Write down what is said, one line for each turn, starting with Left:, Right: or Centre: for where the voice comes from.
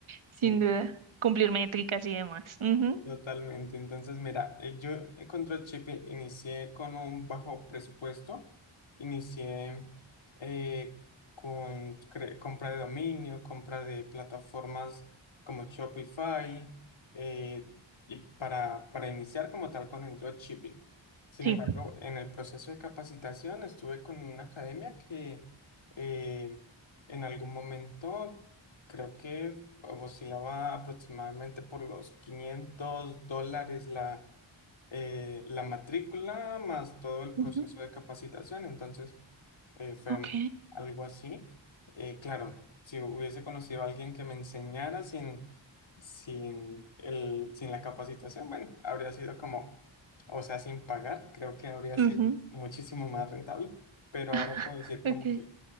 Right: sin
Left: Sí.
Right: duda. Cumplir métricas y demás. Ujú.
Left: Totalmente. Entonces, mira, eh, yo eh, con Dropship inicié con un bajo presupuesto. Inicié eh, con cre- compra de dominio, compra de plataformas como Shopify, eh, y para, para iniciar como tal con el dropshipping. Sin
Right: Sí.
Left: embargo, en el proceso de capacitación estuve con una academia que eh, en algún momento Creo que oscilaba aproximadamente por los 500 dólares la, eh, la matrícula más todo el proceso
Right: Ujú,
Left: de capacitación. Entonces, eh, fue
Right: Ok.
Left: algo así. Eh, claro, si hubiese conocido a alguien que me enseñara sin, sin el, sin la capacitación, bueno, habría sido como, o sea, sin pagar, creo que habría
Right: Ujú,
Left: sido muchísimo más rentable. Pero
Right: <laughs>
Left: ahora puedo decir como
Right: Ok.
Left: que